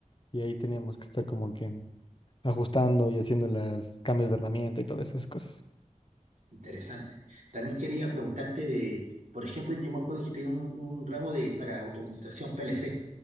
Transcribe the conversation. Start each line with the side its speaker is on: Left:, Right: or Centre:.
Left: Y ahí teníamos que estar como que ajustando y haciendo los cambios de herramienta y todas esas cosas.
Right: interesante. También quería preguntarte de, por ejemplo, yo me acuerdo que tenía un, un ramo de para automatización PLC.